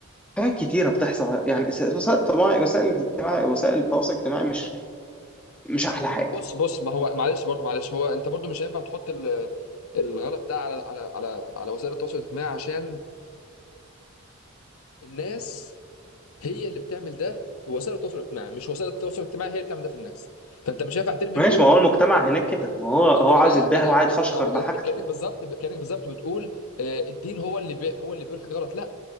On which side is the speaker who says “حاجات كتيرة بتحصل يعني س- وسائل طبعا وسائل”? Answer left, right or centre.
Centre